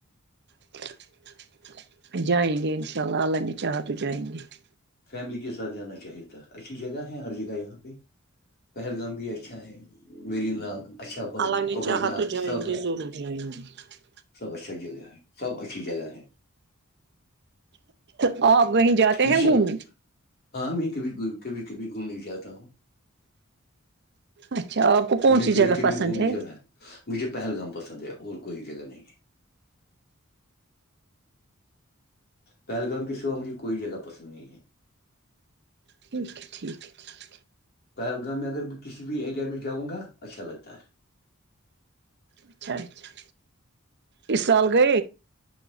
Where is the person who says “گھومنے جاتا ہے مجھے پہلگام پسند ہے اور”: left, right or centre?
Left